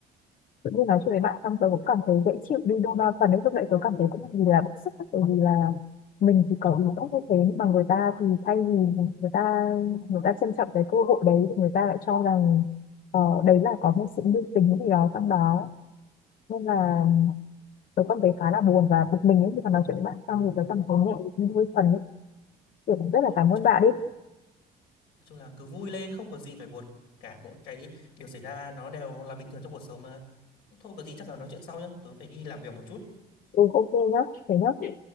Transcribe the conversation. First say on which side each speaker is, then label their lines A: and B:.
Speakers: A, on the left; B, on the left.
A: tự nhiên nói chuyện với bạn xong tớ cũng cảm thấy dễ chịu đi đôi ba phần ấy lúc đấy tớ cảm thấy cũng vì là bức xúc tại vì là mình thì có ý tốt như thế nhưng mà người ta thì thay vì người ta người ta trân trọng cái cơ hội đấy thì người ta lại cho rằng ờ, đấy là có một sự lưu tình gì đó trong đó nên là tớ cảm thấy khá là buồn và bực mình ấy khi mà nói chuyện với bạn xong thì tớ cảm thấy nhẹ đi đôi phần ấy kiểu cũng rất là cảm
B: nói chung
A: ơn bạn
B: là
A: ấy
B: nói chung là cứ vui lên không có gì phải buồn cả mỗi cái điều xảy ra nó đều là bình thường trong cuộc sống mà thôi có gì chắc là nói chuyện sau nhá tớ phải đi làm việc một chút
A: ừ, ok nhá thế nhá